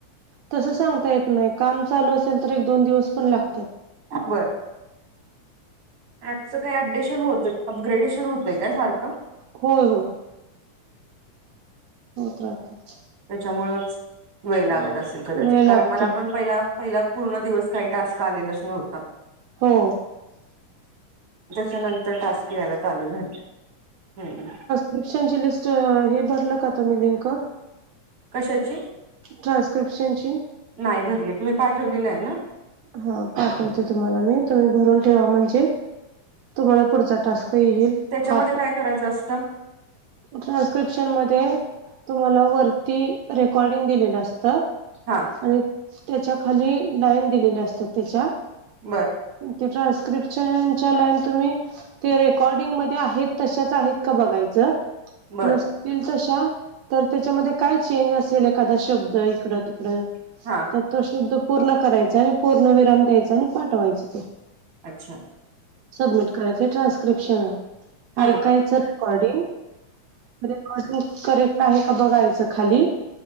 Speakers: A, on the right (about 80°); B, on the right (about 45°).
A: तसं सांगता येत नाही काम चालू असेल तर एक दोन दिवस पण लागतात.
B: बरं. ऍपचं काय अपडेशन होत अपग्रेडेशन होतय काय सारखं
A: होय होय होत राहत
B: त्याच्यामुळेंच वेळ लागत असेल कदाचित
A: वेळ
B: कारण
A: लागतो
B: मला पण पहिला पहिला पूर्ण दिवस काही टास्क आलेलाच नव्हता
A: हो.
B: त्याच्यानंतर टास्क यायला चालू झाले हं.
A: ट्रान्स्क्रिपशन ची लिस्ट हे भरलं का तुम्ही लिंक?
B: कशाची?
A: ट्रान्स्क्रिप्शनची
B: नाही भरली तुम्ही पाठवली नाही ना.
A: हा पाठवते तुम्हाला मी तुम्ही भरून ठेवा म्हणजे तुम्हाला पुढचा टास्क येईल.
B: त्याच्यामध्ये
A: हा
B: काय करायचं असतं.
A: ट्रान्स्क्रिप्शन मध्ये तुम्हाला वरती रेकॉर्डिंग दिलेलं असतं
B: हा
A: आणि त्याच्या खाली लाईन दिलेल्या असतात त्याच्या
B: बरं.
A: तीच्या न्स्क्रिप्शनच्या लाईन तुम्ही ते रेकॉर्डिंगमध्ये आहेत तशाच आहेत का बघायचं
B: बर
A: नसतील तशा तर त्याच्यामध्ये काय चेंज असेल एखादा शब्द इकडं तिकडं
B: हा
A: तर तो शब्द पूर्ण करायचा आणि पूर्णविराम द्यायचा आणि पाठवायच ते
B: अच्छा.
A: सबमिट करायच ट्रान्स्क्रिप्शन आहे.
B: हम्म
A: ऐकायचं रेकॉर्डिंग म्हणजे आधी करेक्ट आहे का बघायचं खाली